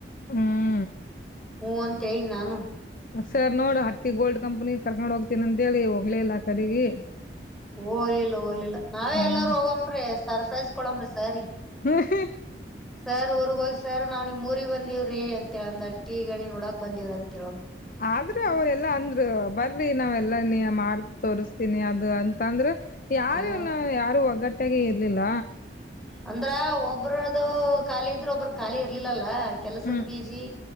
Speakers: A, on the left (about 50°); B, in the centre.
A: ಹ್ಮ್
B: ಹೂ ಅಂತ ಹೇಳಿನ್ ನಾನು
A: ಸರ್ ನೋಡು ಹಟ್ಟಿ ಗೋಲ್ಡ್ ಕಂಪ್ನಿ ಕರ್ಕೊಂಡ್ ಹೋಗ್ತೀನ ಅಂತೇಳಿ ಹೋಗಲೇ ಇಲ್ಲ ಕಡೆಗಿ
B: ಓಗ್ಲಿಲ್ಲ ಓಲಿಲ್ಲ ನಾವೇ
A: ಹ್ಮ್
B: ಎಲ್ಲಾರೂ ಹೋಗಂಬ್ರಿ ಸರ್ಪ್ರೈಸ್ ಕೊಡಂಬ್ರಿ ಸರ್ ಗೆ.
A: <unintelligible> ಹ್ಮ್
B: <inaudible> ಸರ್ ಊರ್ಗ ಹೋಗಿ ಸರ್ ನಾವು ನಿಮ್ ಊರಿಗೆ ಬಂದಿವ್ರೀ ಅಂತೇಳಂದ ಹಟಿ ಗಣಿ ನೋಡಾಕ್ ಬಂದೀವ್ರಿ ಅಂತೇಳುಂ.
A: ಆದ್ರೆ ಅವ್ರೆಲ್ಲಾ ಅಂದ್ರು ಬರ್ರಿ ನಾವೆಲ್ಲ ನೀ ಮ ತೋರಿಸತೀನಿ ಅದು ಅಂತ ಅಂದ್ರು. ಯಾರ್
B: ಹಾ
A: ಇವ್ನು ಯಾರು ಒಗ್ಗಟ್ಟಾಗೆ ಇರ್ಲಿಲ್ಲ.
B: ಅಂದ್ರ ಒಬ್ರದು ಖಾಲಿ ಇದ್ರೂ ಒಬ್ರುದ್ ಖಾಲಿ ಇರ್ಲಿಲ್ಲಲ್ಲ. ಕೆಲ್ಸದ
A: ಹ್ಮ್
B: ಬೀಜಿ